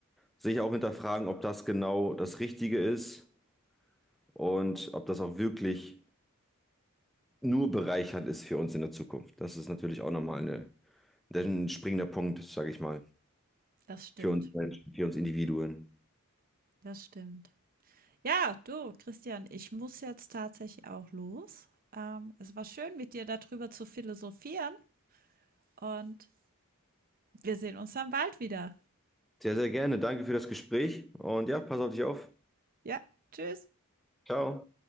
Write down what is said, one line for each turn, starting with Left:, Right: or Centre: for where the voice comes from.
Centre: sich auch hinterfragen, ob das genau das Richtige ist und ob das auch wirklich nur bereichernd ist für uns in der Zukunft. Das ist natürlich auch nochmal eine, ein springender Punkt, sage ich mal.
Right: Das stimmt.
Centre: Für uns Menschen, für uns Individuen.
Right: Das stimmt. Ja, du, Christian, ich muss jetzt tatsächlich auch los. Ähm, es war schön, mit dir darüber zu philosophieren und wir sehen uns dann bald wieder.
Centre: Sehr, sehr gerne. Danke für das Gespräch und ja, pass auf dich auf.
Right: Ja, tschüss.
Centre: Ciao.